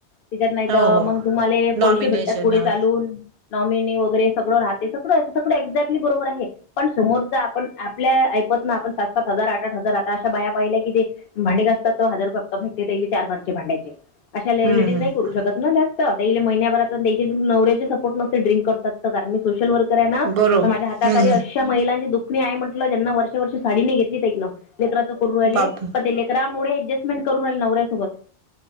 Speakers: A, on the left (about 60°); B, on the right (about 50°).
A: त्याच्यात नाहीत.
B: हो हो
A: मग तुम्हाला
B: नॉमिनेशन
A: पैसे भेटतात. पुढे
B: हा
A: चालून. नॉमिनी वगैरे सगळं राहते सगळं सगळं एक्झॅक्टली बरोबर आहे. पण समोरच आपण आपल्या ऐपतन आपण सात सात हजार आठ आठ हजार आता अशा बाया पाहिल्या कि ते भांडेि घासतात तो हजार रुपया फक्त भेटेल ते चार घरचे भांड्याचे अशा लेडीज
B: हम्म हम्म
A: नाही करू शकत ना जास्त महि्याभरात त्या नवरऱ्याचे सपोर्ट नसतेड्रिंक करतात तर कारणी सोशल वर्क राय ना
B: बरोब
A: तर माझ्या हाताखाली
B: हम्म
A: अशा महिलांची दुखणे आहे म्हटलं ज्यांना वर्ष वर्ष साडीने घेतलीत एकक ना. लेकराच कररू राहिले
B: बाप
A: पण ते लेकरामुळे ऍडजस्टमेंट करून राहिले नवऱ्यासोबत